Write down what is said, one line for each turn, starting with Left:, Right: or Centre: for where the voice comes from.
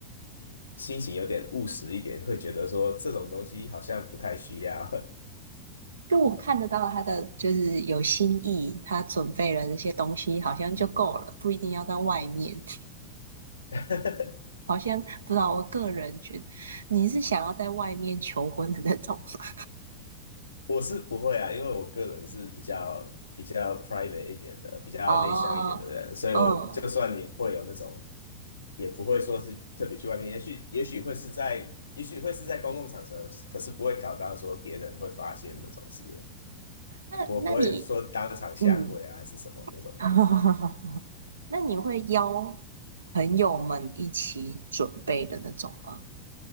Left: 心情有点务实一点，会觉得说这种东西好像不太需要。
Right: 就我看得到他的就是有心意，他准备了那些东西，好像就够了，
Left: 嗯
Right: 不一定要在外面。
Left: <laughs>
Right: 好像不知道，我个人觉得你是想要在外面求婚的那种吗？
Left: 我是不会啊，因为我个人是比较比较 private 一点的，比较内向一点的人，
Right: <laughs> 哦，
Left: 所以我就算你会有那种，
Right: 嗯，哦，
Left: 也不会说是特别去外面，也许也许会是在，也许会是在公共场合，可是不会搞到说别人会发现那种事，
Right: 那那你，
Left: 我不会说当场下跪啊还是什么那种。
Right: 嗯，<laughs> 那你会邀朋友们一起准备的那种吗？